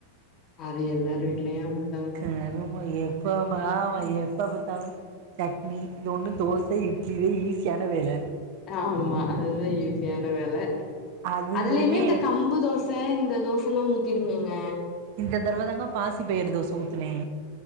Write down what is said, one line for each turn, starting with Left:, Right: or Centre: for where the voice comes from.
Left: அது எல்லாரு வீட்டுலயம் அப்டி
Right: கருமம் எப்போ மா வய எப்ப பாத்தாலும் சட்னி இது ஒன்னும் தோச இட்லி இதே ஈஸியான வேல
Left: ஆமா அதுதான் ஈஸியான வேல
Right: அதுவுமே
Left: அதுலயுமே இந்த
Right: எனக்கு
Left: கம்பு தோச சார் இந்த தோசல்லாம் ஊத்திருங்கங்க
Right: இந்த தடவ தாங்க பாசிபயறு தோச ஊத்துனே